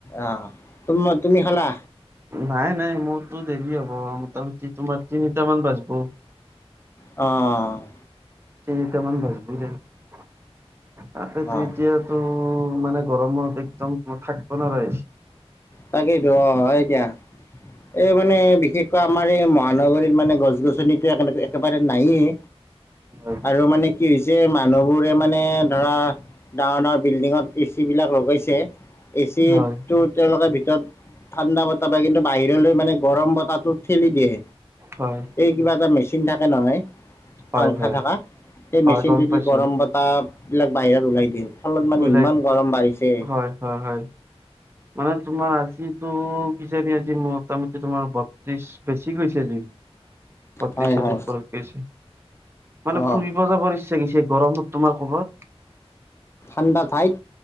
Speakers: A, on the left (about 25°); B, on the right (about 25°).
A: অঁ তুম তুমি খালা
B: নাই নাই মোৰতো দেৰি হ'ব। অ', মোটামুটি তোমাৰ তিনিটামান বাজব।
A: অ'।
B: তেনিতা মন বাজব ন <unintelligible> তাকেতো
A: অঁ
B: এতিয়াতো মানে গৰমত একদম থাকিব নোৱাৰ
A: তাকেইতো অ', হয় দিয়া। এই মানে বিশেষকৈ আমাৰ এই মহানগৰীত মানে গছ গছনিতো একেবাৰে নায়েই।
B: হয়
A: আৰু মানে কি হৈছে মানুহবোৰে মানে ধৰা ডাঙৰ ডাঙৰ বিল্ডিঙত এ চি বিলাক লগাইছে এ চিটো
B: হয়
A: তেওঁলোকৰ ভিতৰত ঠাণ্ডা বতাহ পায় কিন্তু বাহিৰলৈ মানে গৰম বতাহটোত ঠেলি দিয়ে।
B: হয়
A: এই কিবা এটা মেচিন থাকে নহয়।
B: হয়
A: পাংখা
B: হয়
A: থকা সেই
B: হয়
A: মেচিনটো
B: গম
A: দি
B: পাইছো।
A: গৰম বতাহ বিলাক বাহিৰত ওলাই দিয়ে। ফলত মানে
B: উলাই,
A: ইমান গৰম বাঢ়িছে
B: হয় হয় হয় মানে তোমাৰ আ টো কিজানি আজি মোটামুটি তোমাৰ বত্ৰিশ বেছি গৈছে আজি। পত্ৰিছৰ
A: হয় হয়
B: উপৰত গৈছে। মানে
A: অঁ
B: ফুৰিব যাব ইচ্ছা কিছে গৰমত তোমাৰ ক'বাত।
A: ঠাণ্ডা ঠাইত।